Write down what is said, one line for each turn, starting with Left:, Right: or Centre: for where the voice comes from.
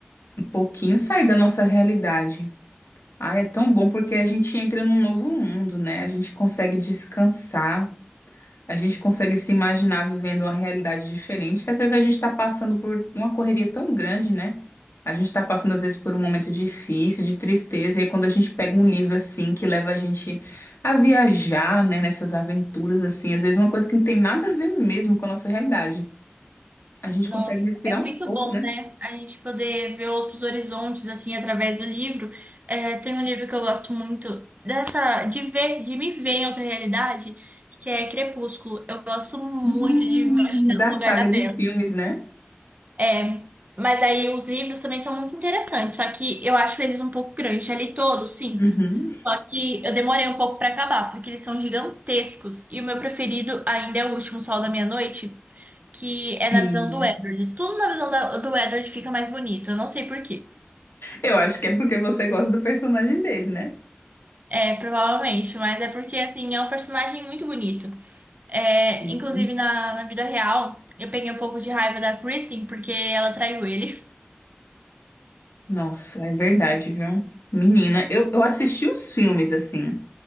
Left: um pouquinho, sai da nossa realidade. Ah, é tão bom porque a gente entra num novo mundo, né? A gente consegue descansar. A gente consegue se imaginar vivendo uma realidade diferente, que às vezes a gente está passando por uma correria tão grande, né? A gente está passando, às vezes, por um momento difícil, de tristeza, e aí quando a gente pega um livro assim, que leva a gente a viajar, né, nessas aventuras, assim, às vezes uma coisa que não tem nada a ver mesmo com a nossa realidade. A gente
Right: Nossa,
Left: consegue respirar
Right: é muito
Left: um pouco,
Right: bom,
Left: né?
Right: né? A gente poder ver outros horizontes, assim, através do livro. É, tem um livro que eu gosto muito dessa, de ver, de me ver em outra realidade, que é Crepúsculo. Eu gosto muito
Left: Hum,
Right: de me imaginar
Left: da
Right: no lugar
Left: saga
Right: da Bella.
Left: de filmes, né?
Right: É, mas aí os livros também são muito interessantes, só que eu acho eles um pouco grandes. Já li todos, sim.
Left: Uhum.
Right: Só que eu demorei um pouco pra acabar, porque eles são gigantescos. E o meu preferido ainda é o último Sol da Meia-Noite que é na
Left: Sim.
Right: visão do Edward. Tudo na visão da- do Edward fica mais bonito. Eu não sei por quê.
Left: Eu acho que é porque você gosta do personagem dele, né?
Right: É, provavelmente, mas é porque, assim, é um personagem muito bonito. É,
Left: Sim.
Right: inclusive, na, na vida real, eu peguei um pouco de raiva da Kristen porque ela traiu ele.
Left: Nossa, é verdade, viu? Menina, eu, eu assisti os filmes assim.